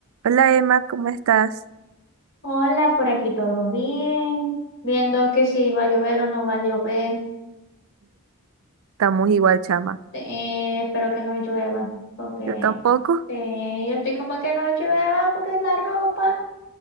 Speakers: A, on the right (about 65°); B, on the left (about 60°).
A: Hola Emma, ¿cómo estás?
B: Hola, por aquí todo bien. Viendo que si va a llover o no va a llover.
A: Estamos igual, chama.
B: Este, eh, espero que no llueva, porque
A: Yo tampoco.
B: eh, yo estoy como que no llueva porque la ropa.